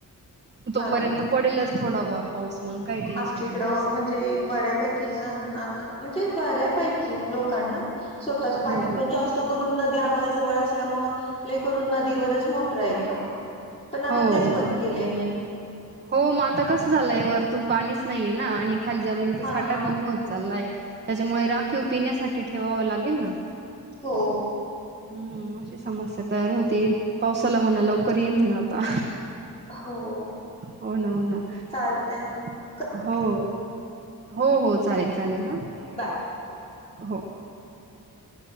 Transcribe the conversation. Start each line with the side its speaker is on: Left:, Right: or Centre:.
Right: तोपर्यंत
Left: हा ना
Right: पडेलच थोडा वार पाऊस मग काही नाही. टेन्शन
Left: आमच्या इकडं
Right: असं
Left: म्हणजे बऱ्यापैकी जणांना म्हणजे बऱ्यापैकी लोकांना, स्वतःच पाणी
Right: हो
Left: हाय
Right: हो
Left: पण जास्त करून नदी आम्हांला जवळ असल्यामुळे, लई करून नदीवरच मोटरा
Right: हो
Left: हायत्या, पण आता
Right: हो
Left: तेच
Right: हो
Left: बंद केलेय मेन.
Right: हो मग आता कसं झालंय, वरतून पाणीच नाहीये ना आणि खाली जमिनीचा
Left: हा
Right: साठा
Left: ना
Right: कमी होत चाललाय त्याच्यामुळे राखीव पिण्यासाठी ठेवावं लागेल ना.
Left: हो.
Right: हूं अशी समस्या तयार होती, पावसाला म्हणा लवकर ये म्हणा आता.
Left: हो. ्््
Right: होना, होना.
Left: चालतंय मग.
Right: हो, हो, हो,...... हो. हो. चालेल -चालेल हां,
Left: बाय
Right: हो.